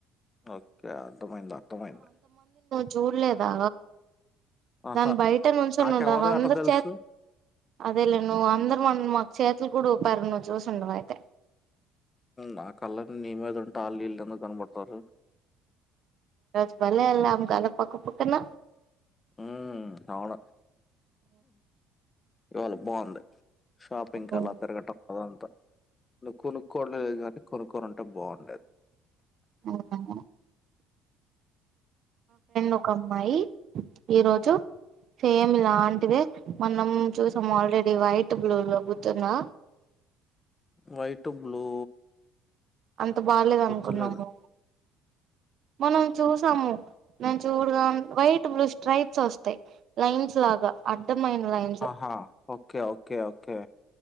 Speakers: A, on the left; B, on the right.
A: ఓకే అర్థమైంది అర్థమైంది
B: జూల్లేదా
A: ఆహా
B: దాని బయట నుంచోనుండారు
A: నాకెవరు
B: అందరు
A: అట తెలుసు
B: చే అదేలే నువ్వు అందరు మ మాకు చే కూడా పారు ను చూసి ఉండవు అయితే
A: నా కళని నీ మీద ఉంటా వాళ్ళీళ్ళందు కనబడుతారు
B: రోజు బలే ఎల్లం కదా పక్క పక్కన
A: ఉ అవును ఇవాళ బాగుంది షాపింగ్క్
B: అవును
A: అలా తిరగటం అదంతా ను కొనుక్కోడంలేదు కానీ కొనుక్కొనింట అంట బాగుంటది
B: అవునా ఒక అమ్మాయి ఈ రోజు సేమ్ లాంటిదే మనం చూసాం ఆల్రెడి వైట్ బడు పతున్నా
A: వైట్ బ్లూ
B: అంత బాలేదు
A: గుర్తులేదు
B: అనుకున్నాము మనం చూసాము నేను చూడగా వైట్ బ్లూ స్ట్రైట్స్ వస్తాయి లైన్స్ లాగా అడ్డమైన లైన్స్
A: ఆహా ఓకే ఓకే ఓకే ఓకే